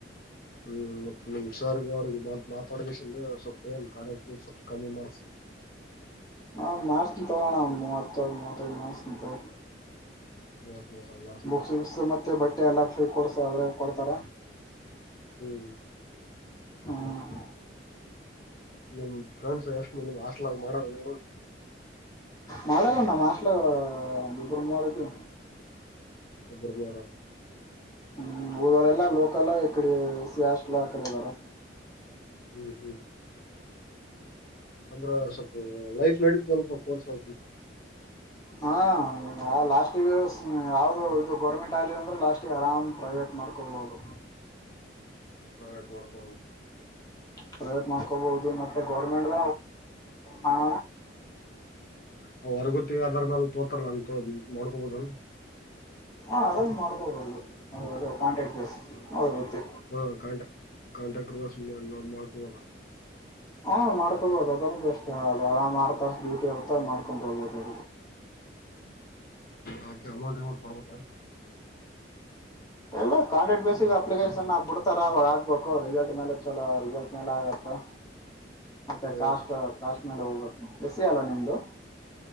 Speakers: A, on the left; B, on the left.
A: ಹ್ಮ. ನಿಮ್ ಸರ್ ಗೆ ಅವ್ರಿಗೆ ಮಾತಾಡಷ್ಟ ಸೊಪ್ಪ ಏನ್ ಕಾಲೇಜ ಫೀಸ್ ಸ್ವಲ್ಪ್ ಕಡಿಮಿ ಮಾಡ್ಸ
B: ಹಾ ಮಾಡಸ್ತೇನಿ ತಗೋ ಅಣ್ಣ ಒಂದ್ ಮೂವತ್ತು ಮೂವತ್ತಾದು ಮಾಡಸ್ತೇನಿ ತಗೋ
A: ಮೂವತ್ತ್ ಮೂರ ಮಾಡಿಸ್ಕೊಂಡ
B: ಬುಕ್ಸಸ್ ಗಿಕ್ಸ್ ಮತ್ತೆ ಬಟ್ಟೆ ಎಲ್ಲ ಫ್ರೀ ಕೊಡ್ಸ ಆದ್ರೆ ಕೊಡ್ತಾರ
A: ಹ್ಮ್
B: ಹ್ಮ್
A: ನಿಮ್ ಫ್ರೆಂಡ್ಸ್ ಎಷ್ಟ್ಮ ನಿಮ್ಷ್ಟ ಮಾಡ ನೋ
B: ಮಾಡಾರ ನಮ್ ಹಾಸ್ಟೆಲ್ ನವ್ರು ಇಬರು ಮೂವರಐದು
A: ಇಬ್ರು ಮೂವರು
B: ಹ್ಮ್ ಊರವರೆ ಎಲ್ಲ ಲೋಕಲ್ಲ ಇಡೆ ಎಸ್ ಸಿ ಹಾಸ್ಟೆಲ್ ಅಕಡೆ ಎಲ್ಲಾರ
A: ಹ್ಮ್ ಹ್ಮ್ ಅಂದ್ರ ಸ್ವಲ್ಪು ಲೈಫ್ ನಡ ಸ್ವಲ್ಪೋರ್ಸ್ ಆ
B: ಹಾ ಲಾಸ್ಟ್ ಈಗ ಯಾವ್ದದು ಇದು ಗೌರ್ಮೆಂಟ್ ಆಗ್ಲಿಿಲ್ಲ ಅಂದ್ರೆ ಲಾಸ್ಟ್ ಆರಾಮ್ ಪ್ರೈವೇಟ್ ಮಾಡ್ಕೋಬಹುದು
A: ಹಳಟು ಮಾಡಡಕ
B: ಪ್ರೈವೇಟ್ ಮಾಡ್ಕೋಬಹುದು ಮತ್ತೆ ಗೌರ್ಮೆಂಟ್ ಹಾ
A: ಅವ ಹೊರಗೊತಿ ಅದರ್ಮೇಾಲ ತೋತಾರಲ್ಲ ಅಂಗ ಮಾಡೋ್ಕೊಬೋದಲ್
B: ಹಾ ಅದ್ರಲ್ಲಿ ಮಾಡ್ಕೊಬಹುದು ಅ ಕಾಂಟ್ರ್ಯಾಕ್ಟ್ ಬೇಸ್ ಗೊತ್ತ
A: ಹಾಂ ಕಾಂಟೆ ಕಾಂಟ್ರಾಕ್ಟರ್ ಬೇಸ್ ಮಾಡ್ಕೊಬದ
B: ಹಾ ಮಾಡ್ಕೊಬೋದು ಅದನ್ನು ಬೆಸ್ಟ್ ಅರಾಮ್ ಹತ್ತು ತಾಸ್ ಡ್ಯೂಟಿ ಇರ್ತ ಮಾಡ್ಕೊಂಡ್ ಹೋಗಬೋದು
A: ಹಕೆ ಅಮೌಂಟ್ ವಿಮೌಂಟ್ ಕೊಡ್ಬೇಕಾ
B: ಎಲ್ಲ ಕಾಂಟ್ರಾಕ್ಟ್ ಬೇಸಿಿಗೆ ಅಪ್ಲಿಕೇಶನ್ ಬಿಡ್ತಾರ ಅವಾಗ ಆಗ್ಬೇಕು ರಿಸಲ್ಟ್ ಮೇಲೆ ಚಲೋ ರಿಸಲ್ಟ್ ಮೇಲೆ ಆಗತ್ತೆ ಮತ್ತೆ
A: ಹ್ಮ್
B: ಕಾಸ್ಟ್ ಕಾಸ್ ಮೇಲೆ ಹೋಗ ಎಸ್ ಸಿ ಅಲ್ಲ ನಿಮ್ದು